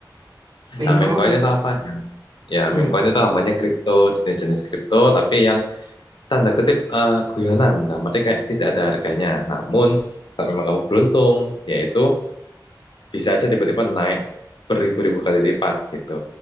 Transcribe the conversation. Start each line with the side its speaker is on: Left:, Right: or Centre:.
Right: main
Left: Nah, meme
Right: coin
Left: coin itu apa? Yang- Ya,
Right: hmm
Left: meme coin itu namanya kripto, jenis-jenis kripto tapi yang tanda kutip eh, guyonan. Nah, berarti kayak tidak ada harganya. Namun kalau memang kamu beruntung yaitu bisa aja tiba-tiba naik beribu-ribu kali lipat gitu.